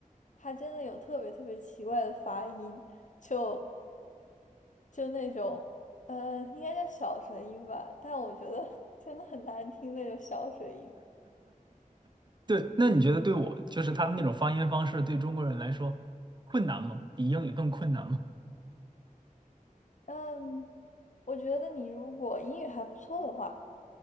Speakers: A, on the left (about 60°); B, on the right (about 35°).
A: 他真的有特别特别奇怪的发音，就就那种，呃，应该叫小舌音吧，但我觉得 <laughs> 真的很难听那种小舌音。
B: 对，那你觉得对我就是他们那种发音方式对中国人来说困难吗？比英语更困难吗？
A: 嗯，我觉得你如果英语还不错的话，